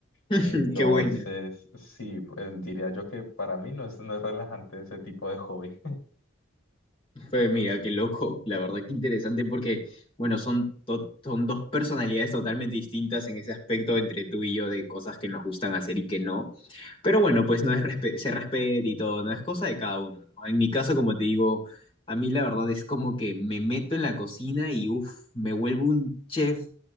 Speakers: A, on the left; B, on the left.
A: <laughs>
B: Entonces,
A: Qué bueno.
B: sí, pues diría yo que para mí no es, no es relajante ese tipo de hobby.
A: Pues mira, qué loco. La verdad que interesante porque, bueno, son, to- son dos personalidades totalmente distintas en ese aspecto entre tú y yo de cosas que nos gustan hacer y que no. Pero bueno, pues no es respe- se respeta y todo, no es cosa de cada uno, ¿no? En mi caso, como te digo, a mí la verdad es como que me meto en la cocina y uff, me vuelvo un chef